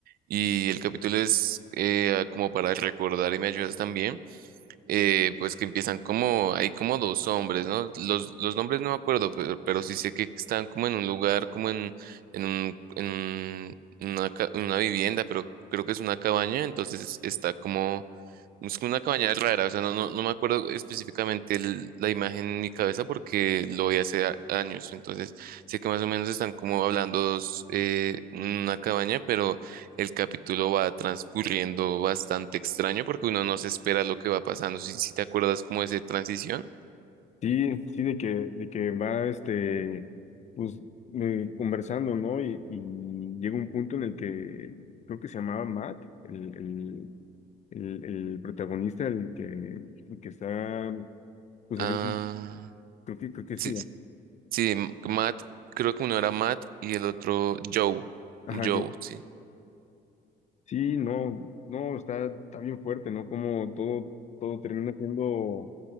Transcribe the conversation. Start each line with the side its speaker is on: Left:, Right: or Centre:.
Right: y el capítulo es eh, como para recordar y me ayudas también, eh, pues que empiezan como, hay como dos hombres, ¿no? Los, los nombres no me acuerdo, pero, pero sí sé que están como en un lugar, como en, en un, en una, ca- una vivienda, pero creo que es una cabaña, entonces está como es como una cabaña rara, o sea, no, no, no me acuerdo específicamente el- la imagen en mi cabeza porque lo vi hace a- años, entonces sé que más o menos están como hablando dos, eh, una cabaña, pero el capítulo va transcurriendo bastante extraño porque uno no se espera lo que va pasando, si, si te acuerdas como de esa transición.
Left: Sí, sí, de que, de que va este, pues, eh, conversando, ¿no? Y, y llega un punto en el que creo que se llamaba Matt, el, el, el, el protagonista, el que, el que está, pues,
Right: Ah,
Left: haciendo, creo que, creo que
Right: sí,
Left: sí, ya.
Right: sí, M- Matt, creo que uno era Matt y el otro Joe,
Left: Ajá,
Right: Joe,
Left: yo,
Right: sí.
Left: sí, no, no, está, está bien fuerte, ¿no? Como todo, todo termina siendo,